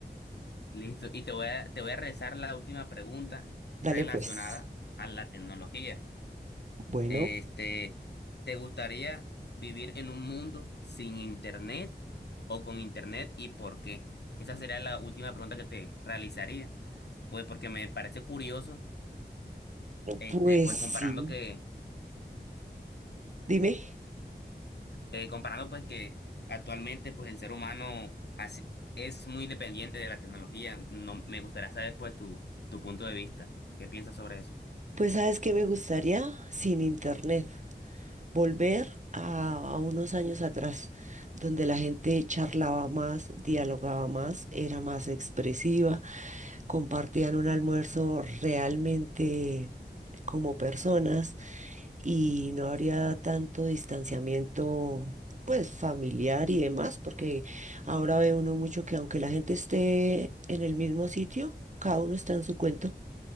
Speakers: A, on the left (about 70°); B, on the right (about 45°).
A: Listo, y te voy a, te voy a realizar la última pregunta
B: Dale,
A: relacionada
B: pues.
A: a la tecnología.
B: Bueno,
A: Este, ¿te gustaría vivir en un mundo sin internet o con internet y por qué? Esa sería la última pregunta que te realizaría. Pues porque me parece curioso, este,
B: pues
A: pues
B: sí.
A: comparando que,
B: Dime,
A: eh, comparando pues que actualmente pues el ser humano así, es muy dependiente de la tecnología. No, me gustaría saber pues tu, tu punto de vista. ¿Qué piensas sobre eso?
B: pues ¿sabes qué me gustaría sin internet? volver a, a unos años atrás, donde la gente charlaba más, dialogaba más, era más expresiva, compartían un almuerzo realmente como personas y no habría tanto distanciamiento. pues familiar y demás, porque ahora ve uno mucho que aunque la gente esté en el mismo sitio, cada uno está en su cuento.